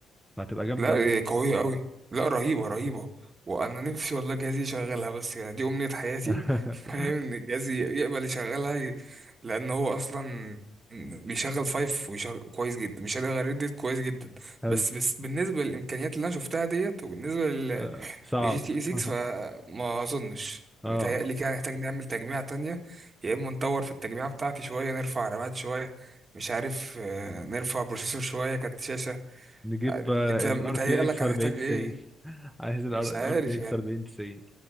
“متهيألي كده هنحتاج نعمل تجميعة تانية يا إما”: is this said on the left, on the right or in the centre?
Right